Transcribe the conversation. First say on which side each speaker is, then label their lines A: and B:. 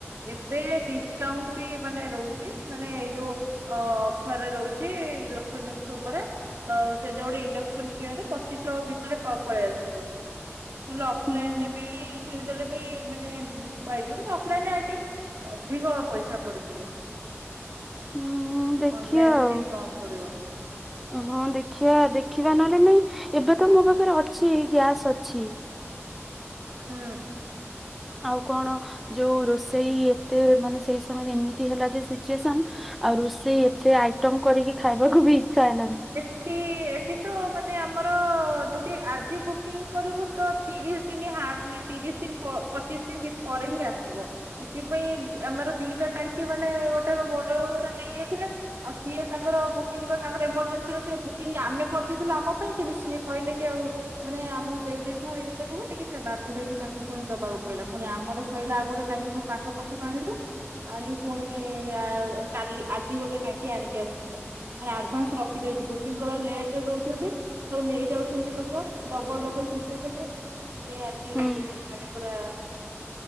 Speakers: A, on the right; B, in the centre.
A: ଏବେ ଡିସକାଉଣ୍ଟ ବି ମାନେ ରହୁଛି ମାନେ ଏଇ ଯୋଉ ଅ ଅଫର ରହୁଛି ଇଲେକ୍ଟ୍ରୋନିକ୍ସ ଉପରେ। ଅ ସେଥିରେ ଗୋଟେ ଇଣ୍ଡକ୍ସନ କିଣିଲେ ପଚିଶହ ଭିତରେ ପ ପଳେଇ ଆସିବ। ନଲେ ଅଫଲାଇନରେ
B: ହୁଁ
A: ବି କିଣିଦେଲେ ବି ମାନେ ପାଇଯିବ ଅଫଲାଇନରେ ଆଇ ଥିଙ୍କ୍ ଅଧିକ ପଇସା ପଡିଯିବ।
B: ହୁଁ ଦେଖିବା
A: ଅନଲାଇନରେ
B: ଆଉ।
A: ଟିକେ କମ ପଡିବ
B: ହଁ ଦେଖିବା ଦେଖିବା ନହେଲେ ନାଇଁ ଏବେ ତ ମୋ ପାଖରେ ଅଛି ଗ୍ୟାସ୍ ଅଛି।
A: ହୁଁ।
B: ଆଉ କଣ ଯୋଉ ରୋଷେଇ ଏତେ ମାନେ ସେଇ ସମୟରେ ଏମିତି ହେଲା ଯେ ସିଚୁଏସନ ଆଉ ରୋଷେଇ ଏତେ ଆଇଟମ କରିକି ଖାଇବାକୁ ବି ଇଚ୍ଛା ହେଲାନି।
A: କି ଏଠି ତ ମାନେ ଆମର ଅ ଯଦି ଆଜି ବୁକିଂ କରିବୁ ତ ତିରିଶ ଦିନ ହାର୍ଡଲି ତିରିଶ ଦିନ ପ ପଚିଶ ଦିନି ପରେ ହିଁ ଆସିବ। ଏଥିପାଇଁ ଆମର ଦିଟା ଟାଙ୍କି ମାନେ ଗୋଟେ ମୋ ବଡବୋଉ ଘର ନେଇଆଇଥିଲେ। ଆଉ ସିଏ ତାଙ୍କର ବୁକିଂର ତାଙ୍କର ଏମର୍ଜେନ୍ସିର ସେ ବୁକିଂ ଆମେ କରିଦେଇଥିଲୁ ଆମ ପାଇଁ କିନ୍ତୁ ସିଏ କହିଲେ କି ଆଉ ମାନେ ଆମକୁ ଦେଇଦେଇଥାଅ ଇଏ କରିବୁ ବୋଲି ସେ ବାଧ୍ୟ ହେଇକି ତାଙ୍କୁ ପୁଣି ଦବାକୁ ପଡିଲା ପୁଣି ଆମର ସଇଲେ ଆଉ ଗୋଟେ ଟାଙ୍ଗି। ହଁ ତାଙ୍କ ପାଖରୁ ଆଣିଲୁ। ଆଣିକି ପୁଣି କାଲି ଆ ଆଜି ଗୋଟେ ଟାଙ୍କି ଆଣିକି ଆସଛୁ। ମାନେ ଆଡଭାନ୍ସ ରଖିଦେଇଛୁ ବୁକିଂ କଲାରୁ ଲେଟରେ ଦଉଛନ୍ତି। ସବୁ ନେଇଯାଉଛନ୍ତି ଲୋକ ଡବଲ ଡବଲ ତ୍ରିପୁଲ୍ ତ୍ରିପୁଲ୍। ଆଜି ଆଜି
B: ହୁଁ
A: ଆଜି ମାନେ ପୁରା।